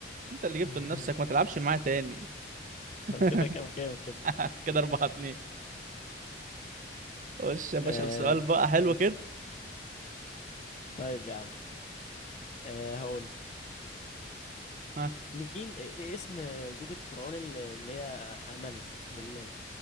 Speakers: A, on the right; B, on the left.
A: انت اللي جبته
B: <laughs>
A: لنفسك ما تلعبش معاه تاني <laughs>
B: كده كام كام كده
A: كده أربعة اتنين خش يا باشا
B: آه
A: بسؤال بقى حلو
B: ماشي
A: كده
B: طيب يا عم آه هقول
A: ها
B: مين إيه إيه اسم زوجة فرعون اللي اللي هي آمنت بالله